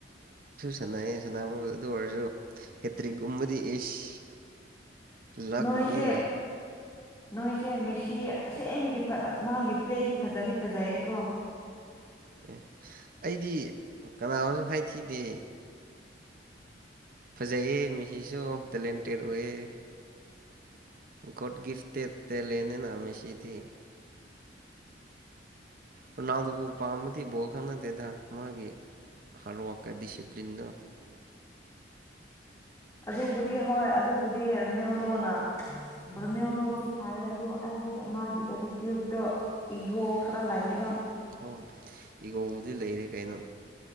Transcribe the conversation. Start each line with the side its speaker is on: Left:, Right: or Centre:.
Right: ꯁꯥꯅꯩꯌꯦ ꯁꯅꯥꯅꯕꯨꯗꯤ ꯑꯗꯨ ꯑꯣꯏꯔꯁꯨ ꯍꯦꯇ꯭ꯔꯤꯛꯒꯨꯝꯕꯗꯤ ꯏꯁ ꯂꯛꯅꯤꯅꯦ
Left: ꯅꯣꯏꯁꯦ ꯅꯣꯏꯁꯦ ꯃꯦꯁꯤ ꯑꯁꯦꯡꯕꯒꯤ ꯃꯥꯒꯤ ꯄ꯭ꯂꯦꯗꯤ ꯐꯖꯗꯤ ꯐꯖꯩꯌꯦꯀꯣ
Right: ꯑꯦ ꯑꯩꯗꯤ ꯀꯅꯥ ꯑꯃꯁꯨ ꯍꯥꯏꯈꯤꯗꯦ ꯐꯖꯩꯌꯦ ꯃꯤꯁꯤꯁꯨ ꯇꯦꯂꯦꯟꯇꯦꯠ ꯑꯣꯏꯌꯦ ꯒꯣꯠ ꯒꯤꯐꯇꯦꯠ ꯇꯦꯂꯦꯟꯅꯤꯅ ꯃꯤꯁꯤꯗꯤ ꯔꯣꯅꯥꯜꯗꯨꯕꯨ ꯄꯥꯝꯃꯗꯤ ꯕꯣ ꯀꯥꯟꯅꯗꯦꯗ ꯃꯥꯒꯤ ꯍꯥꫪꯠ ꯋꯥꫪꯛꯀ ꯗꯤꯁꯤꯄ꯭ꯂꯤꯟꯒ
Left: ꯑꯗꯨꯕꯨꯗꯤ ꯍꯣꯏ ꯑꯗꯨꯕꯨꯗꯤ ꯔꯣꯅꯦꯜꯗꯣꯅ ꯔꯨꯅꯦꯜꯗꯣꯁꯨ ꯐꯥꯏꯌꯦ ꯑꯗꯨ ꯑꯩꯗꯤ ꯃꯥꯒꯤ ꯑꯦꯇꯤꯇ꯭ꯌꯨꯠꯇꯣ ꯏꯒꯣ ꯈꯔ ꯂꯩꯌꯦ
Right: <unintelligible> ꯑꯗꯨꯗꯤ ꯂꯩꯔꯦ ꯀꯩꯅꯣ